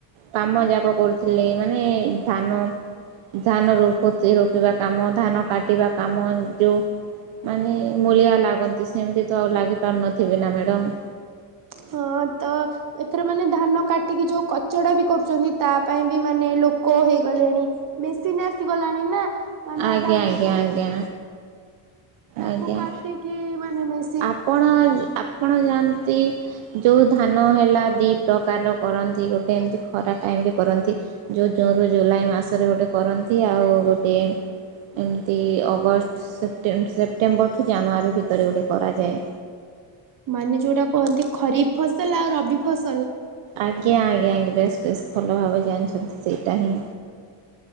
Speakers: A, on the right (about 75°); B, on the right (about 45°).
A: କାମ ଯାକ କରୁଥିଲେ ମାନେ ଧାନ, ଧାନ ରୋପତି ହଉଥିବା କାମ, ଧାନ କାଟିବା କାମ, ଯୋଉ ମାନେ ମୂଳିଆ ଲାଗନ୍ତି ସେମିତି ତ ଆଉ ଲାଗି ପାରୁନଥିବେ ନା ମ୍ୟାଡ଼ମ।
B: ହଁ ତ ଏଥର ମାନେ ଧାନ କାଟିକି ଯୋଉ କଚଡା ବି କରୁଛନ୍ତି ତା ପାଇଁ ବି ମାନେ ଲୋକ ହେଇଗଲେଣି ମେସିନ ଆସିଗଲାଣି ନା। ମାନେ
A: ଆଜ୍ଞା
B: ଧାନକୁ
A: ଆଜ୍ଞା ଆଜ୍ଞା।
B: ତାକୁ
A: ଆଜ୍ଞା
B: କାଟିକି ମାନେ ମେ
A: ଆପଣ ଆପଣ ଯାଆନ୍ତି ଯୋଉ ଧାନ ହଁ ହେଲା ଦି ପ୍ରକାରର କରନ୍ତି ଗୋଟେ ଏମିତି ଖରା ଟାଇମ୍ ରେ କରନ୍ତି, ଜୁ ଜୁନରୁ ଜୁଲାଇ ମାସରେ ଗୋଟେ କରନ୍ତି ଆଉ ଗୋଟେ ଏମିତି ଅଗଷ୍ଟ ସେପ୍ଟେ ସେପ୍ଟେମ୍ବରଠୁ ଜାନୁଆରୀ ଭିତରେ ଗୋଟେ କରାଯାଏ।
B: ମାନେ ଯୋଉଟା କୁହନ୍ତି ଖରିଫ ଫସଲ ଆଉ ରବି ଫସ
A: ଆଜ୍ଞା ଆଜ୍ଞା। ବେସ୍ ବେସ୍ ଭଲ ଭାବେ ଜାଣିଛନ୍ତି ସେଇଟା ହିଁ